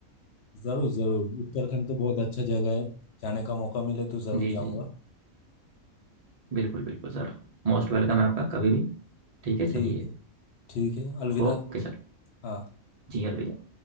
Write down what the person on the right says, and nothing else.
जी
जी जी बिल्कुल बिल्कुल सर मोस्ट वेलकम है आपका कभी भी ठीक है
चलिए
Okay sir
जी अलविदा